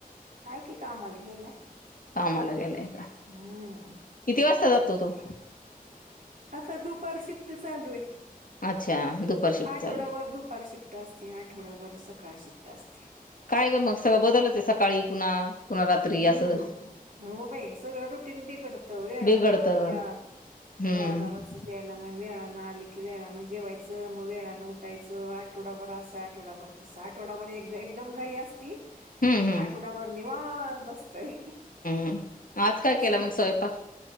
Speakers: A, on the right; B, on the left.
A: आहे की कामाला गेलाय.
B: कामाला गेलाय का
A: हम्म
B: किती वाजता जातो तो?
A: आता दुपार शिफ्ट चालू आहे,
B: अच्छा दुपार शिफ्ट
A: आठवडाभर
B: चालू आहे
A: दुपार शिफ्ट... असती आठवडाभर सकाळ शिफ्ट असती.
B: काय ग मग सगळं बदलचं आहे सकाळी पुन्हा.... पुन्हा रात्री
A: हम्म
B: असं
A: हो बाई सगळं रुटीन बिघडतं वेळानं
B: बिघडतं
A: या...
B: हम्म
A: बारा वाजतेत यायला म वेळानं आले की वेळानं जेवायच, मग वेळानं उठायचं आठवडाभर असं आठवडाभर तसं आठवडाभर एक एकदम घाई असती.
B: हम्म हम्म
A: आठवडाभर निवांत अस... तंय
B: हम्म आज काय
A: असं
B: केला मग
A: होत...
B: स्वयंपाक